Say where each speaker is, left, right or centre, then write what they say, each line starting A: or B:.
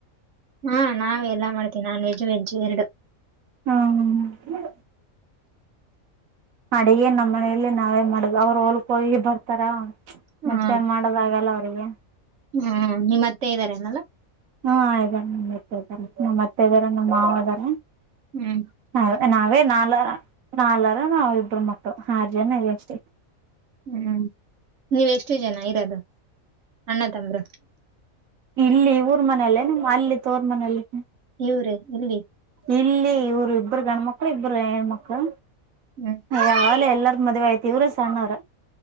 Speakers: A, on the right; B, on the right.
A: ಹಾ ನಾವ ಎಲ್ಲಾ ಮಾಡ್ತೀವಿ ನಾನ್ ವೆಜ್ ವೆಜ್ ಎರಡು
B: ಹ್ಮ ಹ ಅಡಿಗೆ ನಮ್ಮ್ ಮನೆಯಲ್ಲಿ ನಾವೇ ಮಾಡುದು ಅವ್ರು ಹೋಲ್ಕ ಹೋಗಿ ಬರ್ತಾರ
A: ಹ್ಮ್
B: ಮತ್ತೆ ದಾಗಲ್ಲ ಅವರಿಗೆ
A: ಹ್ಮ್ ನಿಮ್ಮ ಮತ್ತೆ ಇದ್ದಾರೆೇನಲ್ಲ
B: ಹ್ಮ ಆಾರ ನಮ್ ಇದಾರ ನಮ್ಮ್ ಅತ್ತೆ ಇದಾರ ನಮ್ಮ್ ಮಾವದಾರ
A: ಹ್ಮ್
B: ಹ ನಾವೇ ನಾಲ್ರ ನಾಲ್ರ ನಾವಿಬ್ರು ಮಕ್ಕಳು ಆರ್ ಜನ ಇ ಅಷ್ಟೇ
A: ಹ್ಮ್ ನೀವೆಷ್ಟು ಜನ ಇರೋದು ಅಣ್ಣ ತಂಬರು
B: ಇಲ್ಲಿ ಊರ್ ಮನೇಲ್ಲೇ ನಮ್ಮ ಅಲ್ಲಿ ತೋರ್ ಮನೇೆಯಲ್ಲಿ
A: ಇವ್ರೇ ಇಲ್ಲಿ
B: ಇಲ್ಲಿ ಇವರು ಇಬ್ಬರು ಗಂಡ್ಮಕ್ಳ ಇಬ್ಬರು ಹೆಣ್ಮಕ್ಳು
A: ಹ್ಮ್
B: ಯಾವಲ್ಲ ಎಲ್ಲರ ಮದುವೆ ಆಯ್ತಿವ್ರ ಸಣ್ಣವ್ರ